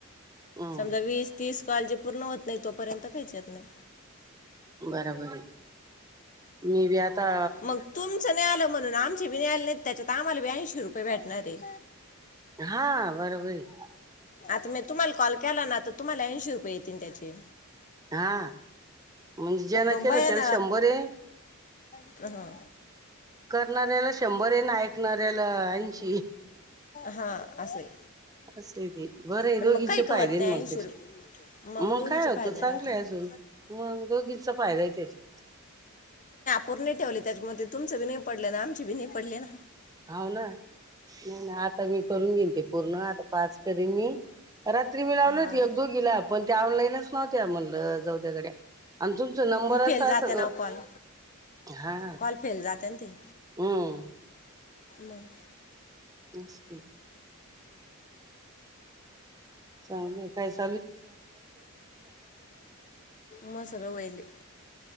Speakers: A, on the right (about 15°); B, on the left (about 35°).
A: हम्म
B: समजा वीस तीस काळजी पूर्ण होत नाही तोपर्यंत घ्यायचाच नाय
A: बराबर आहे मी व आता
B: मग तुमचं नाही आलं म्हणून आमचे बी नल त्याच्यात आम्हाला ब्यांशी रुपये भेटणार ये
A: हा बरोबरय
B: आता म्या तुम्हाला कॉल केला ना तुम्हाला ऐंशी रु येतीन त्याचे
A: हा म्हणजे ज्याला
B: पण मग
A: केलं
B: बयान
A: त्याला शंभरय
B: <unintelligible> हा
A: करणाऱ्याला शंभरय आणि ऐकणाऱ्याला ऐंशीय
B: हा असं आहे
A: असंय ते बर
B: पण
A: दोघीचे
B: मग काही कवत
A: फायदे
B: नाही
A: मग
B: ऐंशी
A: त्याचे
B: रुपये
A: मग
B: दोघीचे
A: काय होतं
B: फायदा
A: चांगलंय
B: राहतात
A: अजून मग दोघी घीचा <unintelligible> फायदाय त्यांच्य
B: पुरणीत ठेवले त्याच्यामध्ये तुमं बी नइ पडलं आण आम चीबी नाय पडले ना
A: हाव ना नाय नाय आता मी करून घेईन ते पूर्ण आता पाच करीन मी, रात्री मी लावली
B: हा
A: होती एक दोघीला पण ते ऑनलाईनच नव्हत्या म्हटलं ते जाऊदे गड्या. आणि तुमचा नंबर
B: मग फेल
A: असा
B: जाते ना
A: अ
B: कॉल
A: हा,
B: कॉल फेल जाते ना ते
A: ह‌्म
B: मग
A: ओस की चालूय काय च
B: म सगळं वहिले.